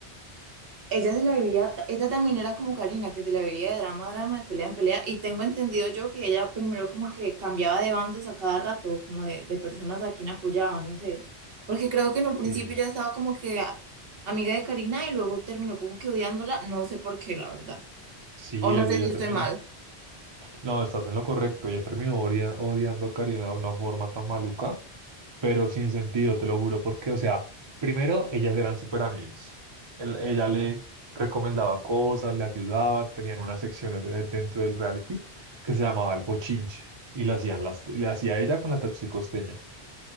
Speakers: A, on the right; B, on the right.
A: Ella se la vivía, ella también era como Karina, que se la vivía de drama a drama, de pelea en pelea, y tengo entendido yo que ella primero como que cambiaba de bandos a cada rato, como de, de personas a quien apoyaba, no sé, porque creo que en un principio
B: sí,
A: ya estaba como que a- amiga de Karina y luego terminó como que odiándola, no sé por qué, la verdad,
B: sí,
A: o no
B: ella,
A: sé
B: ella
A: si estoy
B: también
A: mal,
B: No, estás en lo correcto. Ya terminó odia- odiando a Karina de una forma tan maluca, pero sin sentido, te lo juro, porque, o sea, primero, ellas eran súper amigas. Él- ella le recomendaba cosas, le ayudaba, tenían una sección de- dentro del reality que se llamaba El Bochinche y la hacían las, le hacía ella con la toxicosteña.